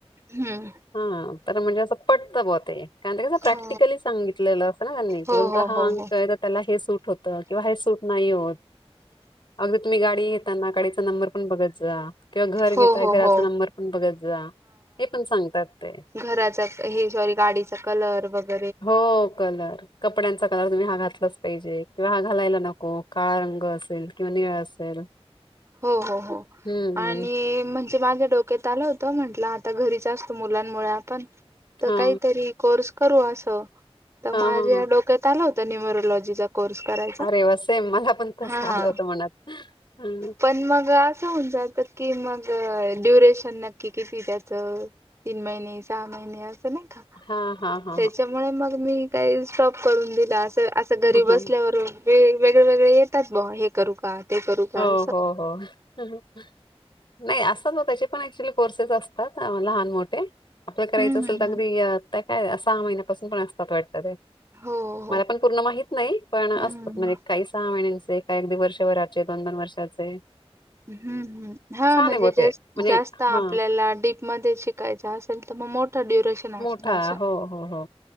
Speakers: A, on the right; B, on the left.
A: हम्म,
B: हा तर म्हणजे असं पटतं बा ते कारण, ते कस प्रॅक्टिकली
A: हो
B: सांगितलेलं असं ना त्यांनी की
A: हो
B: तुमचा.
A: हो
B: हा
A: हो
B: अंक
A: हो
B: तर त्याला हे सूट होत किंवा हे सूट नाही होत. अगदी तुम्ही गाडी घेताना गाडीचा नंबर पण बघत जा किंवा घर घेता
A: हो हो
B: घराचा
A: हो
B: नंबर. ण बघत जा हे पण सांगतात ते.
A: घराच हे सॉरी गाडीचा कलर वगैरे...
B: हो कलर कपड्यांचा कलर तुम्ही हा घातलाच पाहिजे किंवा हा घालायला.. नको काळा रंग असेल किंवा निळ असेल.
A: हो हो हो
B: हम्म
A: आणि म्हणजे माझ्या डोक्यात आलं होतं, म्हण आता घरीच असतो मुलांमुळे आपण तर
B: हा
A: काहीतरी कोर्स करू असं. तर
B: हा
A: माझ्या
B: हा हा
A: डोक्यात आलं होतं न्युमरोलॉजीचा. कोर्स करायचा
B: अरे वसेम मला पण तसं
A: हा
B: आलं
A: हा
B: होतं म्हनात हम्.
A: पण मग असं होऊन जात की मग ड्युरेशन, नक्की किती त्याच तीन महिने, सहा महिने अस नाही कां
B: हा हा हा
A: त्याच्यामुळे
B: हा
A: मग मी काही स्टाॅप करून दिला असता. तर असं घरी
B: हम्म.
A: बसल्यावर वे वेगळे वेगळे येतात ब हे करू का ते करू का
B: हो
A: असं.
B: हो हो... नाही असतात ना त्याचे पण एक्चुअली कोर्सेस असतात लहान मोठे. आपलं करायचं
A: हम्म
B: असेल
A: हम्म
B: तर अगदी,
A: हम्म.
B: आत्ता काय सहा महिन्यापासून पण असतात वाटत.
A: हो हो
B: मला पण पूर्ण माहित नाही पण
A: हम्म
B: असत म्हणजे काही सहा महिने असतात. काय अगदी वर्षभराचे दोन दोन वर्षाचे.
A: हम्म हम् हा
B: छान
A: म्हणजे
B: आहे ब ते म्हणजे
A: जास्त, आपल्याला
B: हा
A: डीप मध्ये शिकायच असेल तर. म मोठा ड्युरेशन, असेल
B: मोठा
A: असं.
B: हो हो हो..